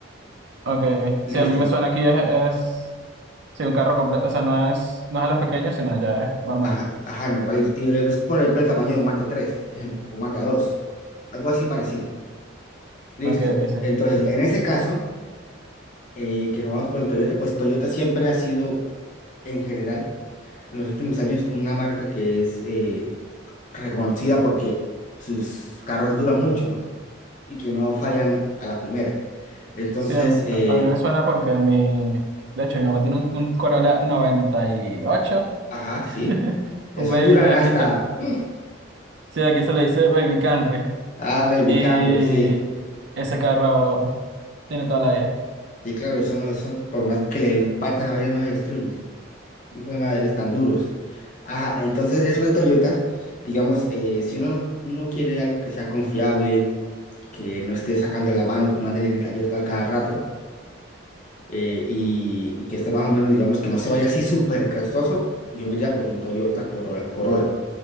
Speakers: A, on the right; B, on the left.
A: Ok, ok. Sí,
B: Listo.
A: a mí me suena aquí es... es... Sí, un carro completo, o sea, no es, no es de los pequeños, sino ya es normalito.
B: Ajá, ajá, normalito. Ti- eh, pues, por ejemplo, el tamaño de un Mazda tres ejemplo, o Mazda dos algo así parecido. Listo.
A: Ok, ok, sí.
B: Entonces,
A: Entiendo.
B: en ese caso, eh, que nos vamos por el Toyota, pues Toyota siempre ha sido, en general, en los últimos años, una marca que es eh, reconocida porque sus carros duran mucho, ¿no? Y que no fallan a la primera. Entonces,
A: Sí, a mí,
B: eh,
A: a- a mí me suena porque mi... De hecho, mi mamá tiene un, un Corolla noventa y ocho,
B: ajá, sí.
A: <laughs>
B: Esos
A: Un baby...
B: duran
A: Aquí,
B: hasta...
A: aquí-
B: <laughs>
A: sí, aquí se le dice Baby Camry.
B: Ah, Baby
A: Y
B: Camry, sí.
A: ese carro tiene toda la vida.
B: Sí, claro, eso no, eso, por más que le den patas a no se destruye. Y pues madres tan duros. Ajá, entonces eso de Toyotas, digamos, eh, si uno, uno quiere algo que sea confiable, que no esté sacando de la mano, que uno ande en el taller tal cada rato, eh, y, y que esté más o menos, digamos, que no se vaya así súper costoso, yo me iría por un Toyota Corolla, Corolla.